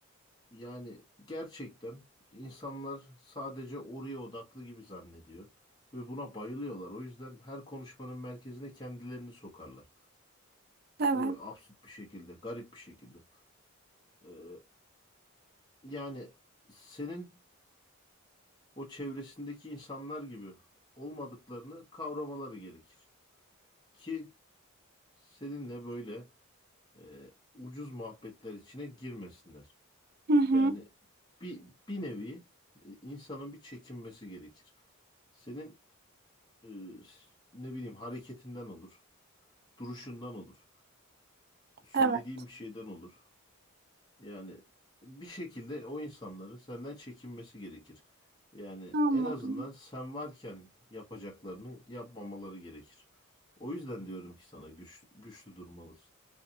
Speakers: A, on the left (about 20°); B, on the right (about 45°).
A: Yani gerçekten insanlar sadece oraya odaklı gibi zannediyor ve buna bayılıyorlar. O yüzden her konuşmanın merkezine kendilerini sokarlar.
B: Evet.
A: Böyle absürt bir şekilde, garip bir şekilde. Ee, yani senin o çevresindeki insanlar gibi olmadıklarını kavramaları gerekir. Ki seninle böyle e, ucuz muhabbetler içine girmesinler.
B: Hı hı.
A: Yani bir, bir nevi e, insanın bir çekinmesi gerekir. Senin Ee, ne bileyim hareketinden olur, duruşundan olur, söylediğim
B: Evet.
A: bir şeyden olur. Yani bir şekilde o insanların senden çekinmesi gerekir. Yani
B: Anladım.
A: en azından sen varken yapacaklarını yapmamaları gerekir. O yüzden diyorum ki sana güç, güçlü durmalısın